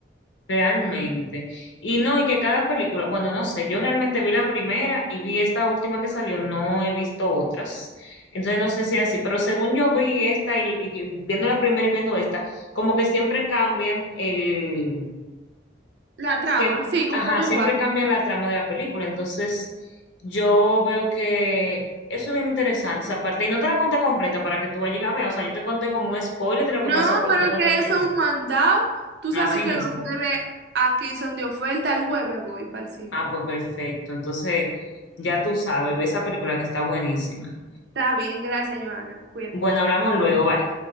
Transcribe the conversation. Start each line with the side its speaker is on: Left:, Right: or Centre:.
Left: Realmente. Y no, y que cada película, bueno, no sé, yo realmente vi la primera y vi esta última que salió, no he visto otras. Entonces no sé si es así, pero según yo vi esta y, y que- viendo la primera y viendo esta, como que siempre cambian el,
Right: La trama,
Left: siempre,
Right: sí, como
Left: ajá,
Right: que no
Left: siempre
Right: igual.
Left: cambian la trama de la película. Entonces yo veo que eso es bien interesante esa parte. Y no te la conté completa para que tú allí la veas. O sea, yo te conté como un spoiler de lo
Right: No,
Left: que pasó, pero
Right: pero
Left: no te conté
Right: que
Left: el final.
Right: eso es un mandado. Tú sabes
Left: Así
Right: que
Left: mismo.
Right: los jueves aquí son de oferta, el jueves voy para el cine.
Left: Ah, pues perfecto. Entonces, ya tú sabes, ve esa película que está buenísima.
Right: Está bien, gracias, Joana. Cuídate.
Left: Bueno, hablamos luego, bye.